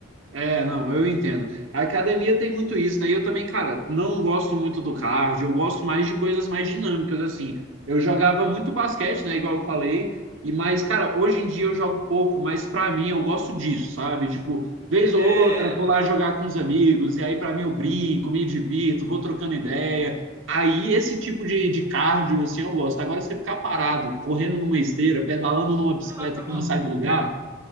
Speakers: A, on the right; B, on the right.
A: É, não, eu entendo. A academia tem muito isso, né? E eu também, cara, não gosto muito do cardio, eu gosto mais de coisas mais dinâmicas, assim. Eu jogava muito basquete, né? Igual eu falei, e mas, cara, hoje em dia eu jogo pouco, mas pra mim eu gosto disso, sabe? Tipo, vez ou
B: É.
A: outra, eu vou lá jogar com os amigos, e aí pra mim eu brinco, me divirto, vou trocando ideia. Aí esse tipo de, de cardio, assim, eu gosto. Agora você ficar parado, correndo numa esteira, pedalando numa bicicleta
B: Ah, tá
A: que
B: maluco.
A: não sai do lugar,